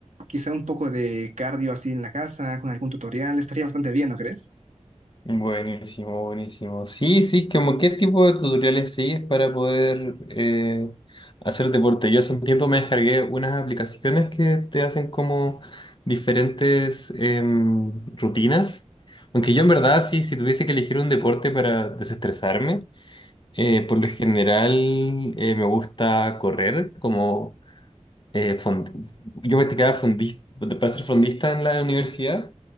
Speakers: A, on the right; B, on the left.
A: quizá un poco de cardio así en la casa, con algún tutorial, estaría bastante bien, ¿no crees?
B: Buenísimo, buenísimo. Sí, sí, como qué tipo de tutoriales sigues para poder eh, hacer deporte. Yo hace un tiempo me descargué unas aplicaciones que te hacen como diferentes em, rutinas. Aunque yo en verdad sí, si tuviese que elegir un deporte para desestresarme, Eh, por lo general eh, me gusta correr, como eh, fond- yo practicaba fondista, para ser fondista en la universidad